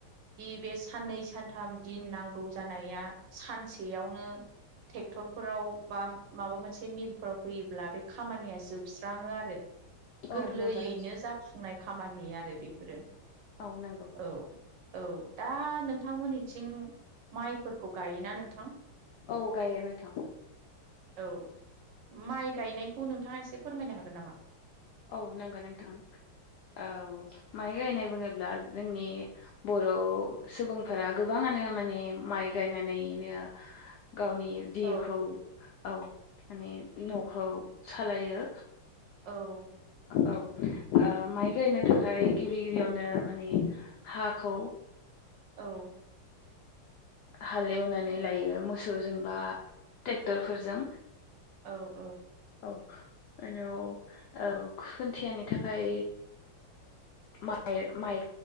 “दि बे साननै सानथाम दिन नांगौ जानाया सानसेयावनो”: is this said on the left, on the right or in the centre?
Right